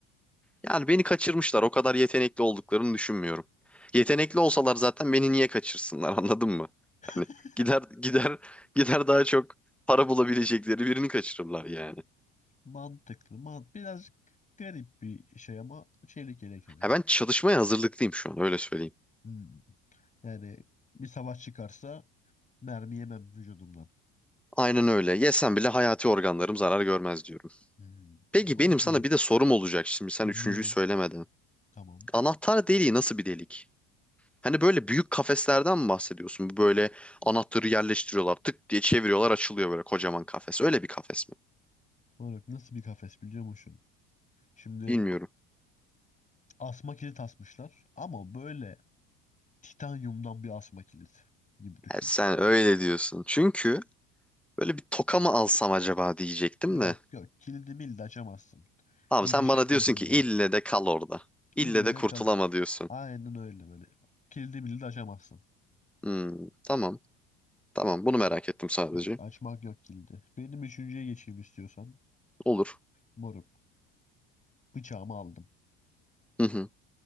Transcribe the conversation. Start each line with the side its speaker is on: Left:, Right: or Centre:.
Centre: Yani beni kaçırmışlar. O kadar yetenekli olduklarını düşünmüyorum. Yetenekli olsalar zaten beni niye kaçırsınlar <laughs> anladın mı?
Left: <laughs>
Centre: Hani gider gider gider daha çok para bulabilecekleri birini kaçırırlar yani.
Left: mantıklı. Man birazcık garip bir şey ama çelik yelek dedin.
Centre: Ha ben çalışmaya hazırlıklıyım şu an öyle söyleyeyim.
Left: Hmm. Yani bir savaş çıkarsa mermi yemem vücudumdan.
Centre: Aynen öyle. Yesem bile hayati organlarım zarar görmez diyorum.
Left: Hmm,
Centre: Peki
Left: olabilir.
Centre: benim sana bir de sorum olacak şimdi sen
Left: Dinliyorum.
Centre: üçüncüyü söylemeden.
Left: Tamam.
Centre: Anahtar deliği nasıl bir delik? Hani böyle büyük kafeslerden mi bahsediyorsun? Bu Böyle anahtarı yerleştiriyorlar, tık diye çeviriyorlar, açılıyor böyle kocaman kafes. Öyle bir kafes mi?
Left: Olarak nasıl bir kafes biliyor musun? Şimdi
Centre: Bilmiyorum.
Left: asma kilit asmışlar ama böyle titanyumdan bir asma kilit gibi düşün.
Centre: Ha, Sen öyle diyorsun. Çünkü böyle bir toka mı alsam acaba diyecektim
Left: Yok
Centre: de.
Left: yok kilidi mildi açamazsın.
Centre: Tamam
Left: Erişemiyorsun
Centre: sen bana diyorsun ki ille
Left: da.
Centre: de kal orada. İlle
Left: İlle
Centre: de
Left: de
Centre: kurtulama
Left: kalı.
Centre: diyorsun.
Left: Aynen öyle böyle. Kilidi mildi açamazsın.
Centre: Hmm, tamam. Tamam bunu merak ettim sadece.
Left: Yok açmak yok kilidi. Benim üçüncüye geçeyim istiyorsan.
Centre: Olur.
Left: Moruk. Bıçağımı aldım.
Centre: Hı hı.